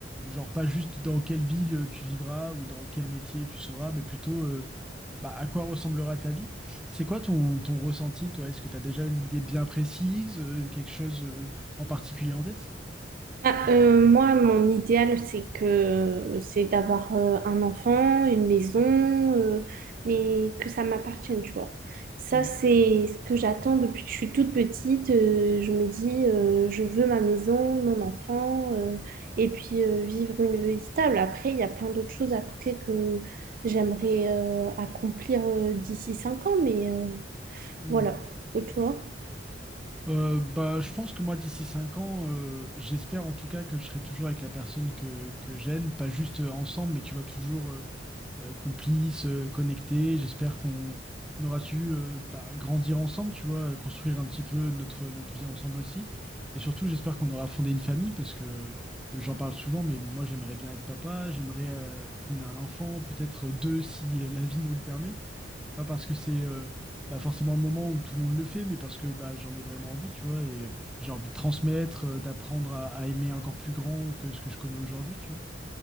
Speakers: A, in the centre; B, on the right.
A: genre pas juste dans quelle ville euh, tu vivras ou dans quel métier tu seras, mais plutôt euh, bah, à quoi ressemblera ta vie. C'est quoi ton, ton ressenti, toi? Est-ce que tu as déjà une idée bien précise, euh, quelque chose euh, en particulier en tête?
B: Ah, euh, moi, mon idéal, c'est que c'est d'avoir euh, un enfant, une maison, euh, mais que ça m'appartienne, tu vois. Ça,
A: Mm,
B: c'est ce que j'attends depuis que je suis toute petite. euh, je me dis, euh, je veux ma maison, mon enfant, euh, et puis euh, vivre une vie stable. Après, il y a plein d'autres choses à côté que j'aimerais euh, accomplir euh, d'ici cinq ans, mais euh,
A: mm.
B: voilà. Et toi?
A: Euh, bah, je pense que moi, d'ici 5 ans, euh, j'espère en tout cas que je serai toujours avec la personne que, que j'aime, pas juste euh, ensemble, mais tu vois, toujours euh, euh, complices, euh, connectés. J'espère qu'on aura su euh, bah, grandir ensemble, tu vois, euh, construire un petit peu notre, notre vie ensemble aussi. Et surtout, j'espère qu'on aura fondé une famille parce que euh, j'en parle souvent, mais moi, j'aimerais bien être papa, j'aimerais euh, qu'on ait un enfant, peut-être deux si euh, la vie nous le permet. Pas parce que c'est euh, bah, forcément le moment où tout le monde le fait, mais parce que bah, j'en ai vraiment envie, tu vois, et euh, j'ai envie de transmettre, euh, d'apprendre à, à aimer encore plus grand que ce que je connais aujourd'hui, tu vois.